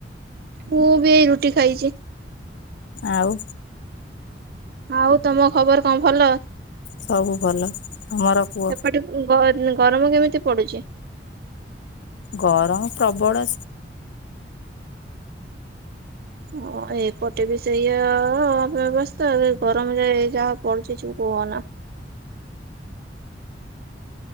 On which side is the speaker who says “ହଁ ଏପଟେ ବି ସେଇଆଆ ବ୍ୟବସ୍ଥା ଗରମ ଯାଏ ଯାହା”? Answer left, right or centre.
Right